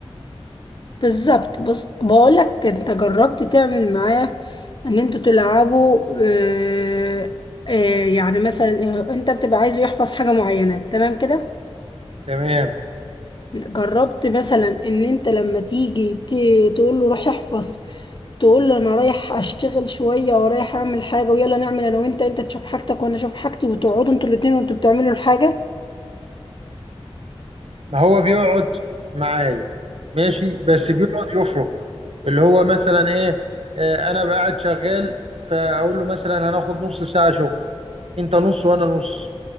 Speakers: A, on the left (about 45°); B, on the right (about 70°).
A: بالظبط بص بقولك انت جربت تعمل معاه ان انتوا تلعبوا آه آه يعني مثلا آه، انت بتبقى عايزه يحفظ حاجة معينة تمام كده
B: تمام
A: جربت مثلا ان انت لما تيجي ت- تقول له روح احفظ تقول له انا رايح اشتغل شوية ورايح اعمل حاجة ويلا نعمل انا وانت انت تشوف حاجتك وانا اشوف حاجتي وتقعدوا انتوا الاتنين وانتوا بتعملوا الحاجة
B: ما هو بيقعد معايا ماشي بس بيقعد يفرق اللي هو مثلا ايه آه، انا بقعد شغال فاقول له مثلا هناخد نص ساعه شغل انت نص وانا نص